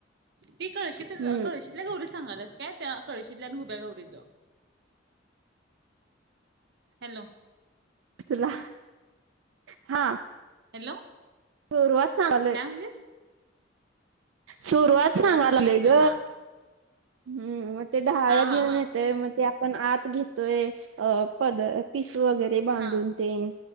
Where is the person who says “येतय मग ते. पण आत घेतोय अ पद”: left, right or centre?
Right